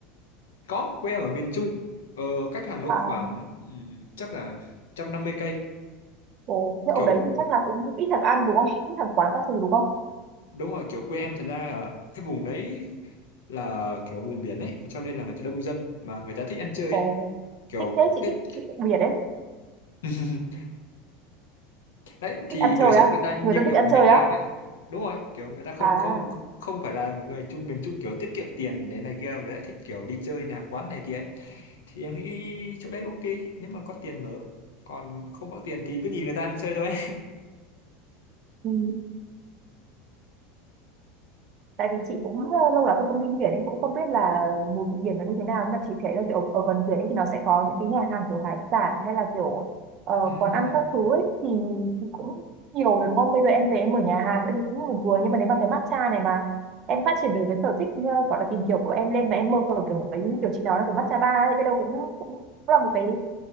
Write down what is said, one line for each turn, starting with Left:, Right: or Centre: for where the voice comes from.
Left: Có, quê em ở miền Trung, ờ, cách Hà Nội
Right: à
Left: khoảng ừm, chắc là 150 cây.
Right: ồ thế
Left: Kiểu
Right: ở đấy thì chắc là cũng ít thằng ăn đúng không ít thằng quán các thứ đúng không
Left: đúng rồi, kiểu quê em thật ra là cái vùng đấy là kiểu vùng biển ấy, cho nên là người ta đông dân mà người ta thích ăn chơi
Right: ồ
Left: ấy. Kiểu
Right: thích thế chị
Left: cái,
Right: thích chị
Left: cái...
Right: đặc biệt đấy
Left: <laughs> đấy thì
Right: thích ăn
Left: đời
Right: chơi
Left: sống
Right: á
Left: người ta như
Right: người dân thích
Left: kiểu
Right: ăn
Left: miền
Right: chơi
Left: Nam
Right: á
Left: ấy. Đúng rồi, kiểu người ta không
Right: À,
Left: không không phải là một người Trung miền Trung kiểu tiết kiệm tiền để này kia, người ta thích kiểu đi chơi nàng quán này kia ấy. Thì em nghĩ chỗ đấy ok nếu mà có tiền mở. Còn không có tiền thì cứ nhìn người ta ăn chơi thôi.
Right: Ừ. tại vì chị cũng ờ, lâu lắm rồi không đi biển nên cũng không biết là mùi vị biển nó như thế nào nhưng mà chị thấy là kiểu ở gần biển ấy thì nó sẽ có những cái nhà hàng kiểu hải sản hay là kiểu ờ,
Left: <laughs> Ừm.
Right: quán ăn các thứ ấy thì, thì cũng nhiều rồi đúng không bây giờ em về em mở nhà hàng nữa thì cũng buồn cười nhưng mà nếu mà cái matcha này mà em phát triển được cái sở thích ờ, gọi là tìm hiểu của em lên mà em mở kiểu một cái như kiểu chị nói là kiểu matcha bar ấy biết đâu cũng cũng là một cái